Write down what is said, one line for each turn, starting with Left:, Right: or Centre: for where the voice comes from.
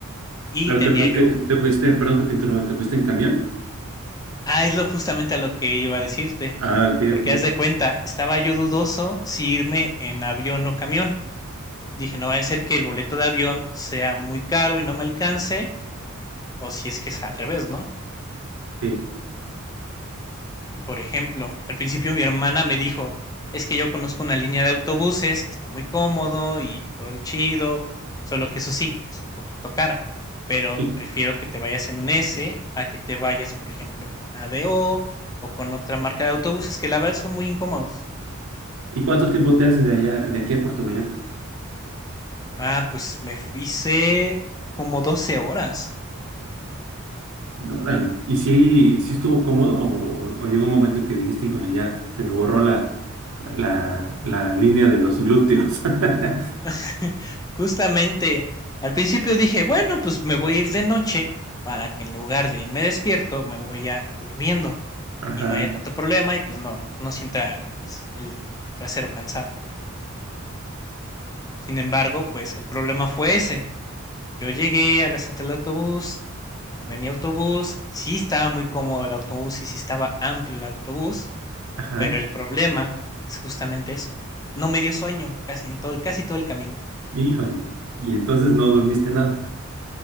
Left: Y
Right: Pero
Left: tenía
Right: te, fu-
Left: yo...
Right: te, te fuiste, perdón que te interrumpa, ¿te fuiste en camión?
Left: Ah, es lo justamente a lo que iba a decirte.
Right: Ah, ok,
Left: Porque
Right: ok,
Left: haz de cuenta, estaba yo dudoso si irme en avión o camión Dije, no va a ser que el boleto de avión sea muy caro y no me alcance, o si es que es al revés, ¿no?
Right: sí.
Left: Y por ejemplo, al principio mi hermana me dijo, es que yo conozco una línea de autobuses que está muy cómodo y todo el chido, solo que eso sí, es un poquito cara, pero
Right: ¿Y,
Left: prefiero que te vayas en un S a que te vayas, por ejemplo, con ADO o o con otra marca de autobuses que la verdad son muy incómodos.
Right: y cuánto tiempo te haces de allá, de aquí a Puerto Vallarta?
Left: Ah, pues me hice como 12 horas.
Right: Órale. ¿Y si, si estuvo cómodo o, o- o llegó un momento en que dijiste, híjole, ya se me borró la, la, la línea de los glúteos? <laughs>
Left: <laughs> Justamente, al principio dije, bueno, pues me voy a ir de noche para que en lugar de irme despierto, me voy a durmiendo
Right: Ajá,
Left: y no haya tanto problema y pues no, no sienta pues el trasero cansado. Sin embargo, pues el problema fue ese. Yo llegué a la central de autobús, tomé mi autobús, sí estaba muy cómodo el autobús y sí estaba amplio el autobús,
Right: ajá.
Left: pero el problema es justamente eso. No me dio sueño casi en todo, casi todo el camino.
Right: Híjole. Y entonces no dormiste nada.